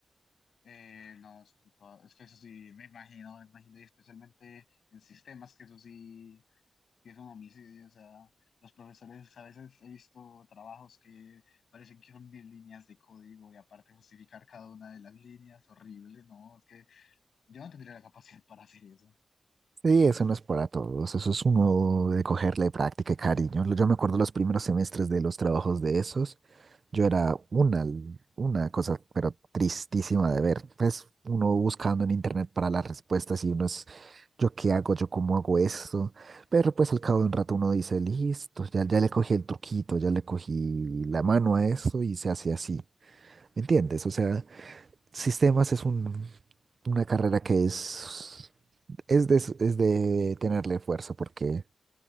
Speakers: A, on the left; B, on the right.
A: Eh, no, es que, pa- es que eso sí, me imagino, me imagino, y especialmente en sistemas, que eso sí, sí es un homicidio, o sea, los profesores a veces he visto trabajos que parecen que son mil líneas de código y aparte justificar cada una de las líneas, horrible, no, es que yo no tendría la capacidad para hacer eso.
B: Sí, eso no es para todos. Eso es uno de cogerle práctica y cariño. Yo me acuerdo los primeros semestres de los trabajos de esos. Yo era una, una cosa, pero tristísima de ver. Pues uno buscando en internet para las respuestas y uno es, ¿yo qué hago? ¿Yo cómo hago esto? Pero pues al cabo de un rato uno dice, listo, ya, ya le cogí el truquito, ya le cogí la mano a eso y se hace así. ¿Me entiendes? O sea, Sistemas es un- una carrera que es, es de, es de tenerle fuerza, porque